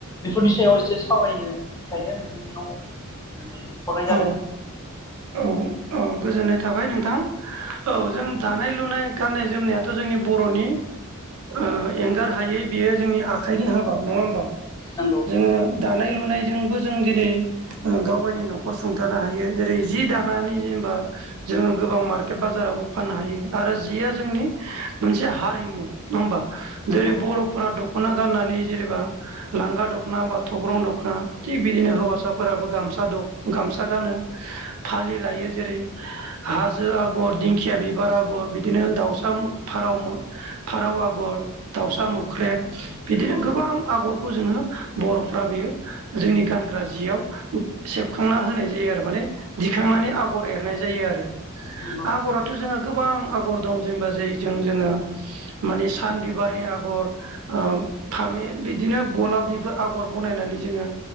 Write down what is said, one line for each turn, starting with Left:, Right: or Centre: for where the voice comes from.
Left: बेफोरनि सायाव एसे सावरायनो थाखायनो नोंथांनाव माने हरनाय जादों
Right: औ
Left: आरो।
Right: औ औ गोजोननाय थाबाय नोंथां औ जों दानाय लुनाय गाननाय जोमनायाथ' जोंनि बर'नि ओ एंगार हायै बेयो जोंनि आखाइनि हाबा नङा होमबा
Left: नंगौ
Right: जोङो दानाय लुनायजोंबो जों दिनै गाव गावनि न'खर सुंथानो हायो जेरै जि दानानै जेनेबा जोङो गोबां मार्केट बाजारावबो फाननो हायो आरो जिया जोंनि मोनसे हारिमु नङा होमबा
Left: नंगौ
Right: जेरै बर'फोरा द दख'ना गाननानै जेनेबा लांगा दखना बा थग्रं दख'ना थिग बिदिनो हौवासाफोराबो गामस गामसा द गामसा गानो। फालि लायो जेरै हाजो आगर दिंखिया बिबार आगर बिदिनो दाउसा मो फा फार फारौ आगर दाउसा
Left: उम
Right: मोख्रेब बिदिनो
Left: नंगौ
Right: गोबां आगरखौ जोङो बर'फ्रा बेयो जोंनि गानग्रा जियाव सेबखांना होनाय जायो आरो माने दिखांनानै आगर एरनाय जायो आरो
Left: नंगौ
Right: आगराथ' जोङो गोबां आगर दं जेनबा ज जों जोङो मानि सान बिबारनि आगर ओ बिदिनो गलाबनिबो आगर बनायनानै जोङो